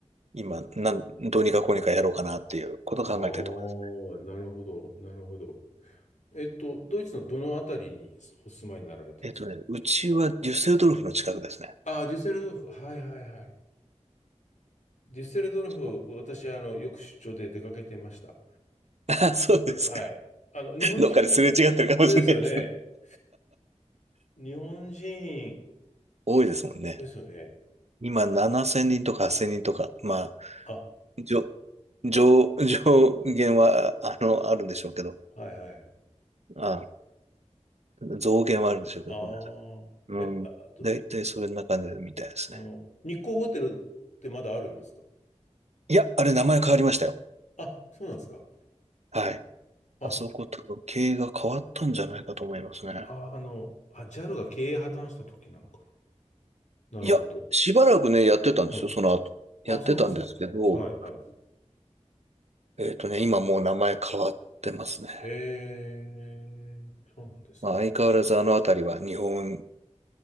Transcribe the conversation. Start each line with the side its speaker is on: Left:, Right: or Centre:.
Right: 今、なん、どうにかこうにかやろうかなっていうことを考えてるところです。
Left: ああ、なるほど、なるほど。えっと、ドイツのどのあたりにお住まいになられてるんですか
Right: えっとね、うちはデュッセルドルフの近くですね。
Left: ああ、デュッセルドルフ。はいはいはい。デュッセルドルフ、
Right: そう
Left: 私、あの、よく出張で出かけてました。
Right: <laughs> あ、そうですか。
Left: はい。あの、日本人ですよね。
Right: どっかですれ違ってるかもしれないですね。
Left: 日本人
Right: 多いですもんね。
Left: ですよね。
Right: 今7000人とか8000人とか、ま
Left: あ、
Right: じょ、上、<laughs> 上限は、あの、あるんでしょうけど、
Left: はいはい。
Right: あ、増減はあるんでしょうけど、
Left: あ
Right: ごめんなさい。
Left: あ、
Right: うん。
Left: え、あ、あと、
Right: だいたいそれな感じみたいですね。
Left: うん、日光ホテルってまだありますか
Right: いや、あれ名前変わりましたよ。
Left: あ、そうなんですか。
Right: はい。
Left: あ、
Right: あそことの経営が変わったんじゃないかと思いますね。
Left: あ、あの、あ、ジャルが経営破綻した時なのかな。なるほど。
Right: いや、しばらくね、やってたんですよ、
Left: うん。
Right: その後。
Left: あ、
Right: やってたんですけど、
Left: そうなんですか。はい、はい。
Right: えっとね、今もう名前変わってますね。
Left: へえ、そうなんですね。
Right: まあ、相変わらずあのあたりは日本、